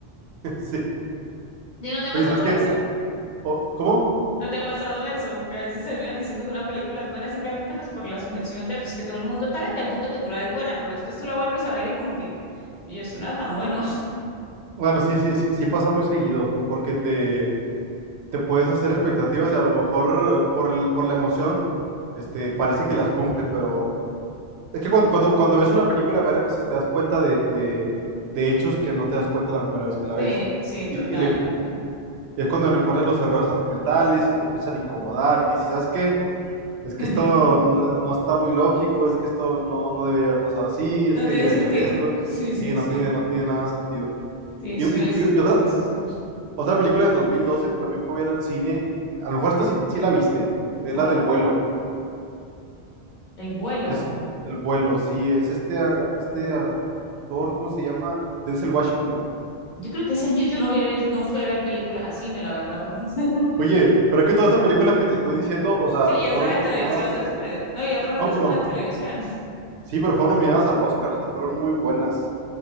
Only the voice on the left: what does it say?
¿Y no te ha pasado
eso?
¿No te ha pasado eso? Que a veces terminas diciendo que una película es buena simplemente pues por la sujeción de pues que todo el mundo tal y te punto que tú la ves buena, pero después tú la vuelves a ver y como que, oye, eso no era tan bueno.
Sí, sí, total,
total.
<laughs>
No
tiene
sentido.
<laughs> Sí, sí,
sí.
Sí,
suele,
suele suceder.
¿Cuál?
El vuelo.
Yo creo que ese año yo no voy a ver, no fui a ver películas a cine, la verdad. <laughs>
Sí, ya están
en
televisión después. No, ya fueron
después
a televisión. <laughs>